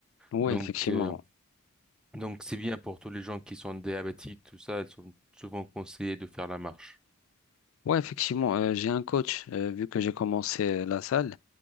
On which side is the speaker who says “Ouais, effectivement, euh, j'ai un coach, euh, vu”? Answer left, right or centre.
Left